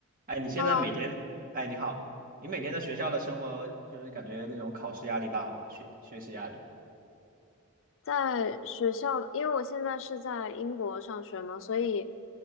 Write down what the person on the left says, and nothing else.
Hello，
在学校的，因为我现在是在英国上学嘛，所以